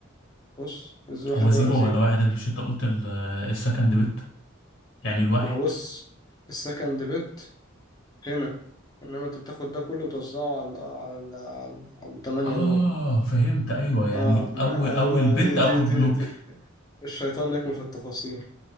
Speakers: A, on the left; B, on the left.
A: بص الزيرو
B: هو
A: واحد
B: زيرو
A: ده بقى زيرو
B: ولا واحد انت مش انت قلت ال- السكند بت يعني الواحد
A: ما هو بص السكند بت هنا انما انت بتاخد ده كله بتوزعه على على على, على, على التمانية
B: اه
A: دول
B: فهمت ايوه يعني
A: اه ما
B: اول اول
A: ايوه
B: بت
A: دي دي
B: اول
A: دي,
B: بلوك
A: دي, دي. الشيطان يكمن في التفاصيل